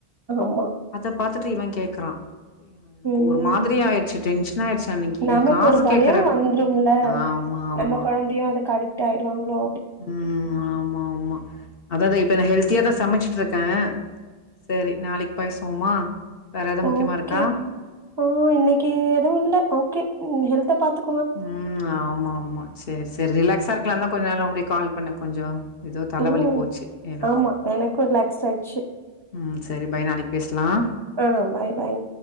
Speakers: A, on the right; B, on the left.
A: ஆமா
B: அத பாத்துட்டு இவன் கேக்கறா யாரு எனக்கு
A: ம்
B: ஒரு மாதிரி ஆயிரிச்சி டென்ஷன் ஆயிரிச்சி அன்னைக்கு இன்னிக்கு
A: நமக்கு
B: காசு
A: ஒரு பயோ
B: கேக்குற
A: வந்துரும்ல
B: ஆமா ஆமா
A: நம்ம கொழந்தையு அதுக்கு அடிக்ட் ஆயிருவாங்களோ
B: உம் ஆமா ஆமா அத்தா அத்தா இப்ப நா ஹெல்த்தியா தா சமைச்சிட்டுருக்கே சேரி நாளைக்கு பேசுவோமா வேற எதாவது முக்கியமா
A: ஓகே
B: இருக்கா?
A: ஓ இன்னைக்கு எதும் இல்ல ஓகே ம் ஹெல்த்த பாத்து
B: உம் ஆமா ஆமா சேரி சேரி ரிலாக்ஸா இருக்கலான்தா கொஞ்ச நேரம் கால் பண்ணே கொஞ்சோ ஏதோ தலவலி
A: ம்
B: போச்சு எனக்கும்
A: ஆமா எனக்கு ரிலாக்ஸ் ஆயிடுச்சு
B: ம் சரி பை நாளைக்கு பேசலா
A: ம் பாய் பாய்